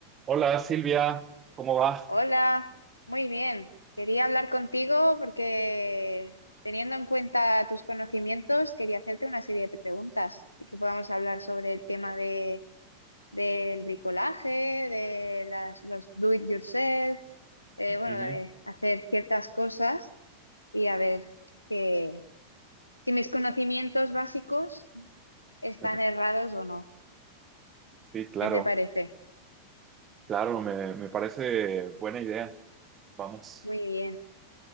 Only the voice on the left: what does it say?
Hola, muy bien. Quería hablar contigo porque teniendo en cuenta tus conocimientos, quería hacerte una serie de preguntas y que podamos hablar sobre el tema de, del bricolaje, de las, los do it yourself, eh, bueno,
de hacer ciertas cosas y a ver que, si mis conocimientos básicos están
errados o no.
¿Qué te parece?
Muy bien.